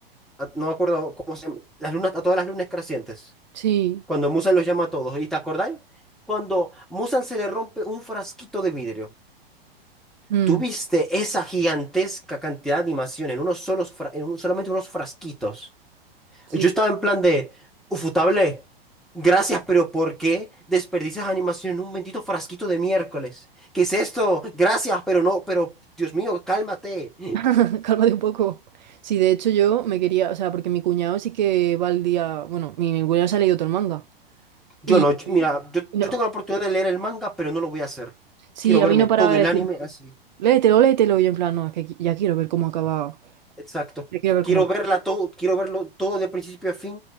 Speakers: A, in the centre; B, on the right.
A: a- no me acuerdo cómo se llama, las lunas, a todas las lunas crecientes,
B: Sí,
A: cuando Musan los llama a todos. ¿Y te acordáis? Cuando Musan se le rompe un frasquito de vidrio.
B: mm,
A: Tuviste esa gigantesca cantidad de animación en unos solos, fra- en un- solamente unos frasquitos.
B: sí,
A: Yo estaba en plan de, ufutable, gracias, pero ¿por qué desperdicias animación en un bendito frasquito de miércoles? ¿Qué es esto? Gracias, pero no, pero Dios mío, cálmate.
B: <laughs> cálmate un poco. Sí, de hecho yo me quería, o sea, porque mi cuñado sí que va al día, bueno, mi, mi cuñado se ha leído todo el manga
A: Yo
B: y,
A: no, yo-
B: y-
A: mira, yo, yo
B: y no,
A: tengo la oportunidad de leer el manga, pero no lo voy a hacer.
B: Sí,
A: Quiero
B: a
A: verme
B: mí no
A: todo
B: paraba
A: el
B: de
A: anime
B: decirme,
A: así.
B: léetelo, léetelo, y yo en plan, no, es que qui- ya quiero ver cómo acaba,
A: Exacto.
B: ya quiero ver
A: Quiero
B: cómo acaba.
A: verla todo, quiero verlo todo de principio a fin